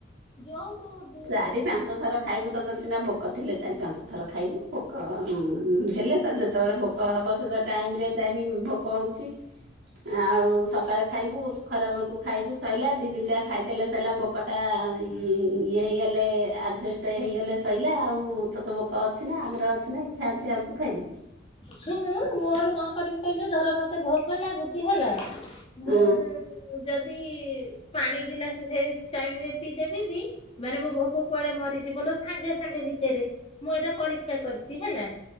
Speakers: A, on the left (about 30°); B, on the right (about 80°).
A: ଯୋଉ ତୁ ଦି
B: ଚାରି
A: ଦୁ
B: ପାଞ୍ଚ ଥର ଖାଇବୁ ତତେ ସିନା ଭୋକ ଥିଲେ ଚାରି ପାଞ୍ଚ ଥର ଖାଇବୁ। ଭୋକ ଆଉ ହଁ ହେଲେ ତ ଯେତେବେଳେ ଭୋକ ହବ ସେ ଟାଇମରେ ଟାଇମି ଭୋକ ହଉଛି ଆଉ ସକାଳେ ଖାଇବୁ ଖରା ବେଳକୁ ଖାଇବୁ ସଇଲା। ଦି ଦିଟା ଖାଇଦେଲେ ସିଲା ଭୋକଟା ଇ ଇଏ ହେଇଗଲେ ଆଡ଼ଜଷ୍ଟ ହେଇଗଲେ ଶଇଲା ଆଉ। ତୋତେ ଭୋକ ଅଛି ନା ଆମ୍ର ଅଛି ନା ଇଚ୍ଛା ଅଛି ଆଉ ତୁ ଖାଇବୁ।
A: ଶୁଣୁ ମୋର କଣ କରିବି କହିଲୁ ଧର ମତେ ଭୋକ ଲାଗୁଛି ହେଲା
B: ହୁଁ
A: ମୁଁ ଯଦି ପାଣି ଗିଲାସ ସେଇ ଟାଇମ ରେ ପିଇଦେବି ବି ମାନେ ମୋ ଭୋକ କୁଆଡେ ମରି ଜିବ ଲୋ ସାଙ୍ଗେ ସାଙ୍ଗେ ଭିତରେ ମୁଁ ଏଇଟା ପରୀକ୍ଷା କରିଛି ହେଲା।